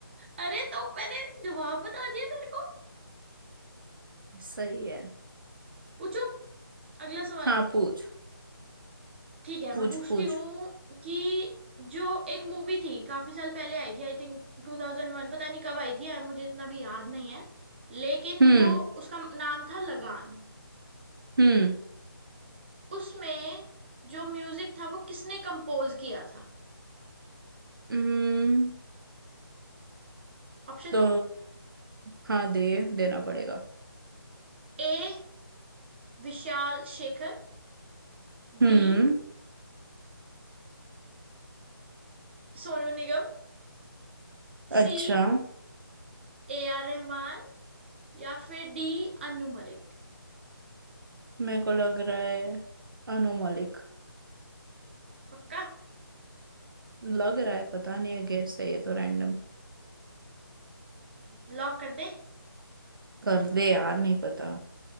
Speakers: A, on the right; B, on the right.
A: अरे तो मैंने जवाब बता दिया तेरे को
B: सही है
A: पूछो अगला सवाल
B: हाँ पूछ
A: ठीक है
B: पूछ
A: मैं पूछती
B: पूछ
A: हूँ कि जो एक मूवी थी काफी साल पहले आई थी आई थिंक 2001 पता नहीं कब आई थी यार मुझे इतना भी याद नहीं है लेकिन
B: हम्म
A: वो उसका नाम था लगान
B: हम्म
A: उसमें जो म्यूजिक था वो किसने कंपोज किया था
B: हम्म
A: ऑप्शन
B: तो
A: दो
B: हाँ दे देना पड़ेगा
A: A Vishal Shekhar
B: हम्म
A: B Sonu Nigam C
B: अच्छा
A: A R Rahman या फिर डी अनु मलिक
B: मेरे को लग रहा है अनु मलिक
A: पक्का
B: लग रहा है पता नहीं है गैस है ये तो रैंडम
A: लॉक कर दे
B: कर दे यार नहीं पता